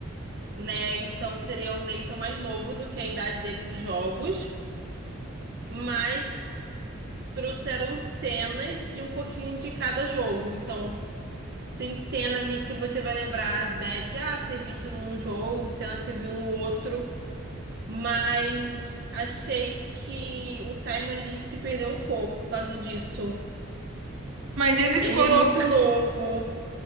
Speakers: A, on the right; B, on the right.
A: né? Então seria o Nathan mais novo do que a idade dele nos jogos. Mas trouxeram cenas de um pouquinho de cada jogo. Então. Tem cena ali que você vai lembrar, né, de ah, ter visto num jogo, cena que você viu no outro, mas achei que o time ali se perdeu um pouco por causa disso.
B: Mas eles
A: Ele
B: colocam
A: é muito novo